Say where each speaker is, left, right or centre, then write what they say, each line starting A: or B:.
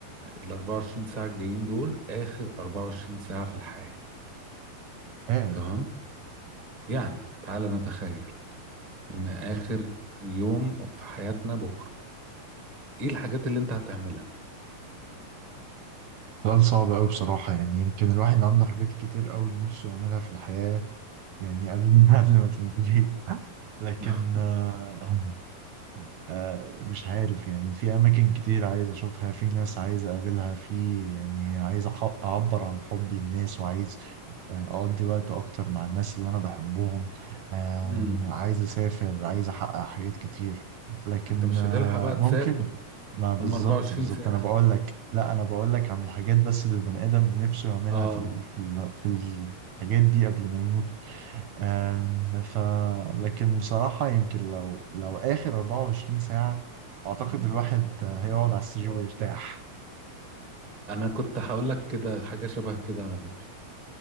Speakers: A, on the right; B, on the right.
A: ال 24 ساعه الجايين دول اخر 24 ساعه في الحياه
B: ايه
A: تمام يعني تعالى نتخيل ان اخر يوم في حياتنا بكره ايه الحاجات اللي انت هتعملها
B: سؤال صعب قوي بصراحة يعني يمكن الواحد عنده حاجات كتير قوي نفسه يعملها في الحياة يعني قبل <laughs> قبل ما تنتهي لكن
A: <laughs>
B: آه، آه، مش عارف يعني في أماكن كتير عايز أشوفها في ناس عايز أقابلها في يعني عايز أح- أعبر عن حبي للناس وعايز آه، أقضي وقت أكتر مع الناس اللي أنا بحبهم آه،
A: امم
B: عايز أسافر عايز أحقق حاجات كتير لكن
A: انت مش
B: آه،
A: هتلحق بقى تسافر
B: ممكن ما بالظبط
A: هم 24
B: بالظبط
A: ساعه
B: أنا بقول لك لا أنا بقول لك عن الحاجات بس اللي البني آدم نفسه يعملها
A: اه
B: في ال- في ال- في الحاجات دي قبل ما يموت آم، ف لكن بصراحة يمكن لو لو آخر 24 ساعة أعتقد الواحد هيقعد على السرير ويرتاح
A: انا كنت هقول لك كده حاجه شبه كده على فكره